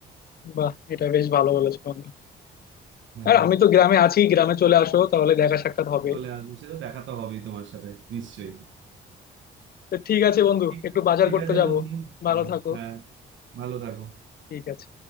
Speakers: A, on the left; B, on the right.
A: বাহ এটা বেশ ভালো বলেছো বন্ধু
B: হ্যাঁ
A: আর
B: হ্যাঁ
A: আমি তো গ্রামে আছি গ্রামে চলে আসো তাহলে দেখা সাক্ষাৎ হবে
B: চলে আসবো সে তো দেখা তো হবেই তোমার সাথে নিশ্চয়ই
A: তো ঠিক আছে বন্ধু
B: ঠিক
A: একটু বাজার
B: ঠিক
A: করতে
B: আছে
A: যাব
B: বন্ধু
A: ভালো
B: হ্যাঁ
A: থাকো
B: হ্যাঁ ভালো থাকো
A: ঠিক আছে